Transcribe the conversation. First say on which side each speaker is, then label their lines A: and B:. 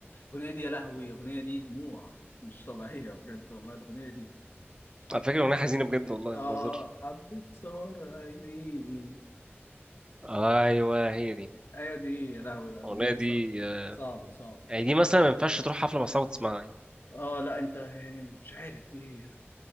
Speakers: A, on the left; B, on the right.
A: الاغنيه دي يا لهوي الاغنيه دي دموع مش طبيعيه بجد والله الاغنيه دي حبه
B: على فكره اغنيه حزينه بجد والله
A: اه
B: ما بهزرش
A: حبه صور عيني
B: ايوه هي دي
A: ايوه دي يا لهوي الاغنيه
B: الاغنيه
A: دي
B: دي
A: صع-
B: آه،
A: صعبه صعبه
B: يعني دي مثلا ما ينفعش تروح حفله مع صحابك تسمعها
A: اه لا انت يعني مش عارف دي